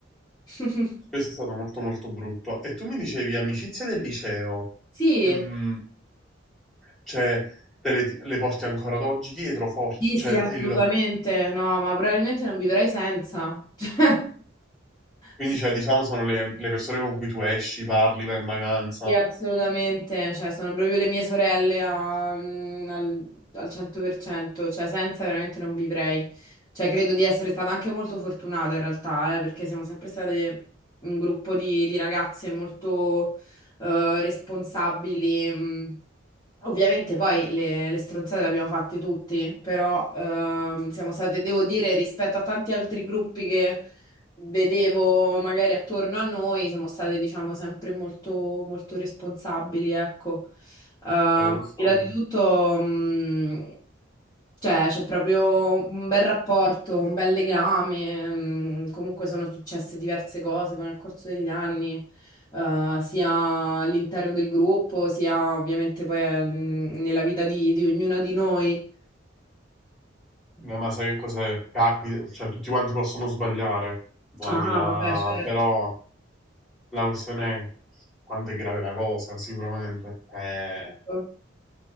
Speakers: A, on the left; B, in the centre.
A: <laughs>
B: questo è stato molto, molto brutto. E tu mi dicevi, amicizie del liceo,
A: Sì,
B: mm, cioè, te le, le porti ancora ad oggi dietro forte,
A: sì,
B: cioè,
A: sì, assolutamente.
B: il-
A: No, ma probabilmente non vivrei senza. <laughs> Cioè,
B: quindi,
A: sì.
B: cioè, diciamo, sono le, le persone con cui tu esci, parli, vai in vacanza.
A: Sì, assolutamente, cioè sono proprio le mie sorelle a- mm, al, al 100%, cioè senza veramente non vivrei. Cioè credo di essere stata anche molto fortunata in realtà, eh, perché siamo sempre state un gruppo di, di ragazze molto eh, responsabili. mm. Ovviamente poi le, le stronzate le abbiamo fatte tutti, però ehm, siamo state, devo dire, rispetto a tanti altri gruppi che vedevo magari attorno a noi, siamo state, diciamo, sempre molto, molto responsabili, ecco. Eh, ma
B: Eh,
A: al
B: questo...
A: di là di tutto, mh, cioè, c'è proprio un bel rapporto, un bel legame. mh, comunque sono successe diverse cose poi nel corso degli anni. eh, sia all'interno del gruppo, sia ovviamente poi eh, mh, nella vita di, di ognuna di noi.
B: Eh, ma sai che cos'è? Capita, cioè tutti quanti possono sbagliare, o
A: Ah,
B: al di là,
A: vabbè, certo,
B: però la questione è quanto è grave la cosa, sicuramente. Eh,
A: certo,